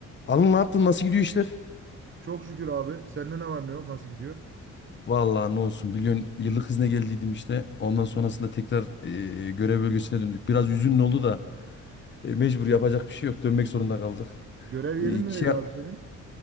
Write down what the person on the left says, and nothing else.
Alın ne yaptın? Nasıl gidiyor işler?
Vallahi ne olsun biliyorsun yıllık izne geldiydim işte. Ondan sonrasında tekrar e, görev bölgesine döndük. Biraz üzünlü oldu da e, mecbur yapacak bir şey yok. Dönmek zorunda kaldık.
E,
şey,